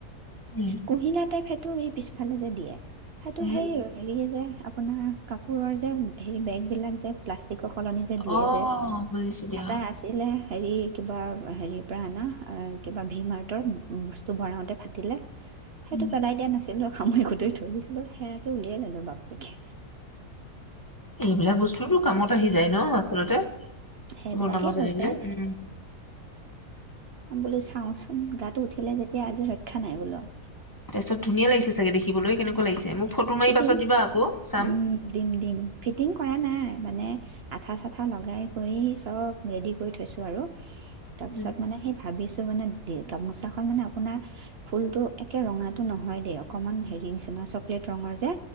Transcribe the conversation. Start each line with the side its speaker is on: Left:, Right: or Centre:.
Left: উম
Right: কুহ ন টাইপেতটো সেই পিছফালে যে দিয়ে সেইটো
Left: উম
Right: সেই হেৰিয়ে যে আপোনাৰ কাপোৰৰ যে হেৰি বেগবিলাক যে প্লাষ্টিক সলনি যে দিয়ে
Left: অ
Right: যে
Left: বুজিছো দিয়া।
Right: এটা আছিলে হেৰি কিবা হেৰিৰ পৰা অনা কিবা ভি মাৰ্টৰ বস্তু বৰাওঁতে তিিলে সেইটো
Left: উম
Right: পেলাই দিয়া নাছিল ৰ সামৰি খোতেই ধৰিছিলো সেয়াকে উলিয়াই ললো বাপ পেকে
Left: এইবিলাক বস্তুতটো কামত আহি যায় ন আচলতে
Right: সেইবিলাকেই
Left: বনাব জানিলে
Right: হৈ যায়
Left: উ
Right: বুলি চাও চোন গাটো উঠিলে যেতিয়া আজি শ্ষা নাই বোলা <unintelligible>
Left: তাৰ পিছত ধুনীয়া লাগিছে চাগে দেখিবলৈ কেনেকুৱা লাগিছে মোক ফটো মাৰি
Right: ফিটিং
Left: পাছত দিবা আকৌ চাম
Right: উম দিম দিম ফিটিং কৰা নাই মানে আঠা চাঠা লগাই কৰি চব ৰেডি কৰি থৈছোঁ আৰু তাৰ
Left: উম
Right: পিছত মানে সি ভাবিছো মানে গামোচাখন মানে আপোনাৰ ফুলটো একে ৰঙাটো নহয় দেই অকণমান হেৰি নিচিনা চকলেট ৰঙৰ যে